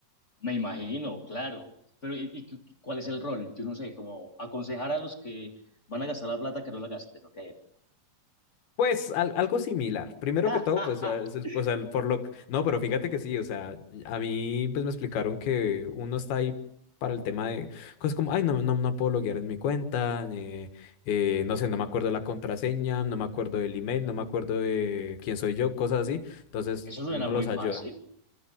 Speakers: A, on the left; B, on the left.
A: me imagino, claro. Pero ¿y, y cu- cuál es el rol? Yo no sé, como aconsejar a los que van a gastar la plata que no la gasten, ok.
B: Pues al- algo similar. Primero
A: <laughs>
B: que todo, pues, ah, es- es- pues al Forlock. No, pero fíjate que sí, o sea, a mí pues me explicaron que uno está ahí para el tema de cosas como, ay, no, no, no puedo loguear en mi cuenta, eh, eh, no sé, no me acuerdo la contraseña, no me acuerdo del email, no me acuerdo de quién soy yo, cosas así. Entonces,
A: Eso suena
B: uno
A: muy
B: los
A: fácil.
B: ayuda.